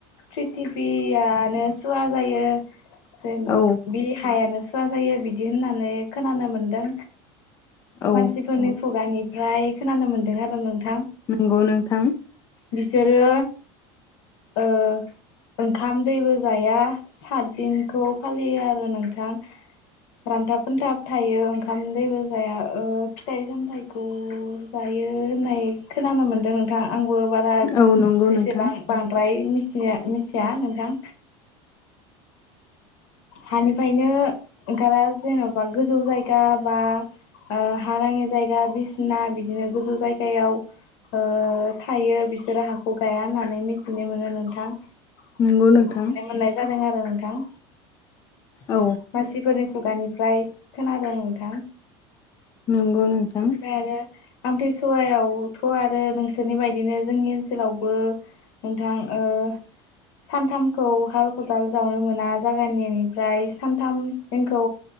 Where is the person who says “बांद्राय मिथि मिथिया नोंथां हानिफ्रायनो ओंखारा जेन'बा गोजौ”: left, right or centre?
Left